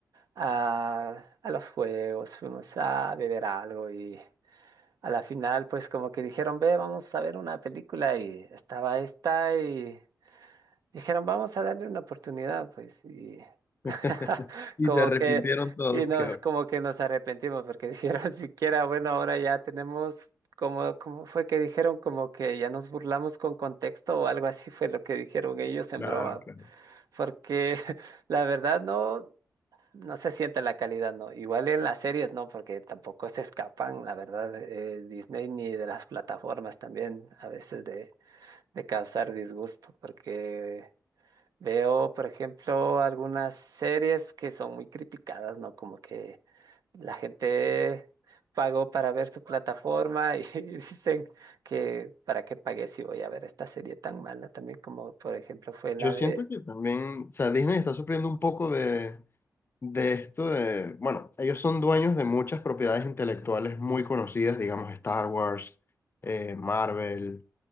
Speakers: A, on the right (about 80°); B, on the left (about 40°).
A: a, a los juegos, fuimos a beber algo y a la final pues como que dijeron, ve, vamos a ver una película y estaba esta y... Dijeron, vamos a darle una oportunidad, pues, y
B: <laughs>
A: <laughs>
B: Y
A: como
B: se arrepintieron
A: que,
B: todos,
A: y nos,
B: que horror.
A: como que nos arrepentimos, porque <laughs> dijeron, siquiera, bueno, ahora ya tenemos, como, como fue que dijeron, como que ya nos burlamos con contexto o algo así fue lo que dijeron ellos en
B: Claro,
A: broma,
B: claro.
A: porque <laughs> la verdad no, no se siente la calidad, no, igual en las series, no, porque tampoco se escapan, la verdad, eh, Disney ni de las plataformas también, a veces de, de causar disgusto, porque... Veo, por ejemplo, algunas series que son muy criticadas, ¿no? Como que la gente pagó para ver su plataforma y <laughs> dicen que para qué pagué si voy a ver esta serie tan mala también como por ejemplo fue la
B: Yo siento
A: de...
B: que también, o sea, Disney está sufriendo un poco de, de esto de, bueno, ellos son dueños de muchas propiedades intelectuales muy conocidas, digamos Star Wars, eh, Marvel.